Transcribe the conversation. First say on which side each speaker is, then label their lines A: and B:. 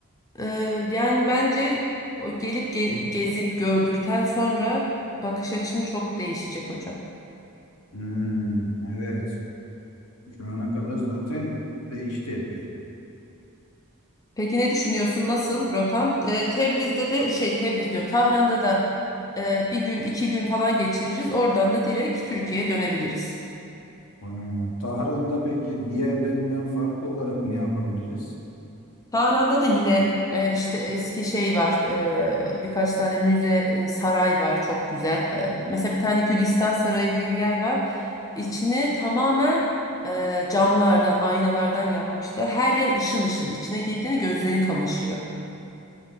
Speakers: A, on the left; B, on the left.
A: e, yani bence o gelip ge- gezip gördükten sonra bakış açın çok değişecek hocam.
B: hmm, evet. Şu ana kadar zaten değişti epey.
A: Peki ne düşünüyorsun? Nasıl rotam? Ee, Tebriz'de de şey Tebriz diyorum. Tahran'da da e, bir gün iki gün falan geçiririz. Oradan da direkt Türkiye'ye dönebiliriz.
B: Bana göre. Tahran'da peki diğerlerinden farklı olarak ne yapabiliriz?
A: Tahran'da da yine e, işte eski şey var. e, birkaç tane müze, e, saray var çok güzel. E, mesela bir tane Gülistan Sarayı diye bir yer var. İçini tamamen e, camlardan, aynalardan yapmışlar. Her yer ışıl ışıl. İçine girdiğinde gözlerin kamaşıyor.